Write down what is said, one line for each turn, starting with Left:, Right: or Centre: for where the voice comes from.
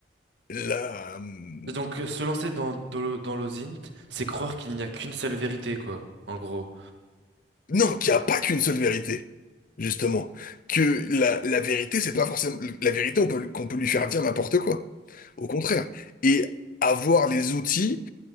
Left: la... euh,
Right: Et donc, euh, se lancer dans, dans, le- dans l'OSINT, c'est croire qu'il n'y a qu'une seule vérité, quoi, en gros.
Left: Non, qu'il n'y a pas qu'une seule vérité, justement. Que la, la vérité, c'est pas forcément... La vérité, on peut, qu'on peut lui faire dire n'importe quoi. Au contraire. Et avoir les outils